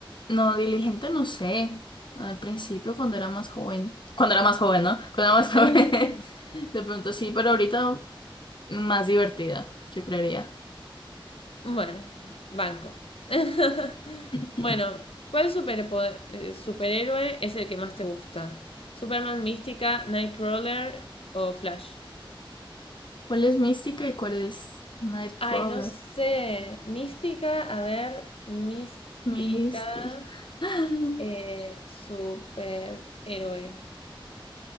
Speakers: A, on the left; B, on the left.
A: no, diligente no sé. Al principio, cuando era más joven. Cuando era más joven, ¿no? <laughs> Cuando era más <laughs> joven.
B: <laughs>
A: De pronto sí, pero ahorita más divertida, yo creería.
B: Bueno, banco. <laughs>
A: <laughs>
B: Bueno,
A: <clears throat>
B: ¿cuál superpoder- eh, superhéroe es el que más te gusta? ¿Superman, Mística, Nightcrawler o Flash?
A: ¿Cuál es Mística y cuál es Nightcrawler?
B: Ay, no sé. Mística, a ver, Mística.
A: Mística. <laughs>
B: Eh, superhéroe.